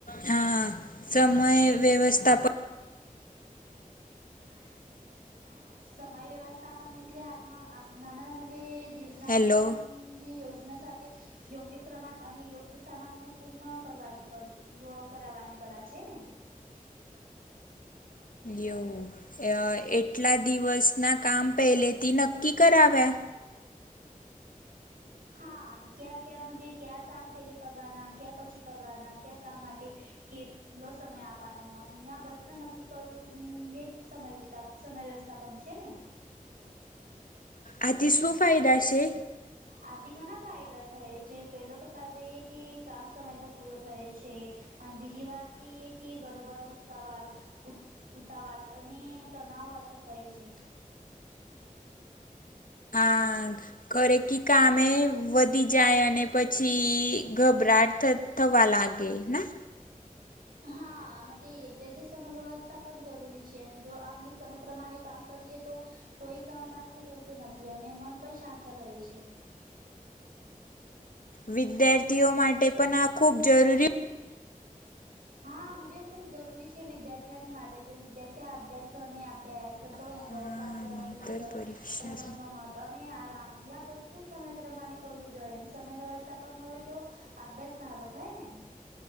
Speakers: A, on the left; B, on the right.
A: હા હા. સમય વ્યવસ્થા પ
B: <inaudible> સમય વ્યવસ્થા પણ એટલે આમાં આપ નાના જે દિવસાના
A: હેલો
B: કામ ની યોજના સાથે યોગ્ય ક્રમાન અને યોગ્ય સામાનને પૂર્ણ કરવા કરવાવની કલા છે ને.
A: યુ - ય એટલા દિવસના કામ પહેલેથી નક્કી કરાવ્યા.
B: હા, ક્યાં ક્યાં મજે કયાં કામ પેલે કરવાના ક્યાં પછી કરવાના ક્યાં કામ માટે કેટલો સમય આપાનો અન્યા બધાં નક્કી કરવું યેજ સમય તપ સમય વ્યવસ્થા પણ છે ને.
A: આથી શું ફાયદા છે?
B: આથી ઘણા ફાયદા થાય છે જે પેલો તો ફાયદો એ કે કામ સમય પર પૂરો થાય. છે અને બીજી વાત કી એ ગડબડ ઉત્સાવા ઉતાવાલ અને તનાવ ઓછો થાય છે.
A: હા કરે કી કામે વધી જાય અને પછી ગભરાટ થ થવા લાગે ના.
B: હા, મજે એટલે જે સમય વ્યવસ્થા પણ જરૂરી છે જો આપણે સમય પ્રમાણે કામ કરીએ તો કોઈ કામ બાકી રેતું નથી અને મન પણ શાંત રહે છે.
A: વિદ્યાર્થીઓ માટે પણ આ ખૂબ જરૂરી
B: હા, મજે ખુબ જરૂરી છે વિદ્યાર્થી ઓને માટે તો વિદ્યાર્થી અભ્યાસોની અભ્યાસ સત
A: નહીતર
B: હોમવર્ક, વાચન, રિવિઝન,
A: પરીક્ષા
B: રમત ગમત. અને આરામ યા બધું સમય પ્રમાણે કરવું જોઈએ સમય વ્યવસ્થા પણ હોય તો અભ્યાસ સારો થાય ને.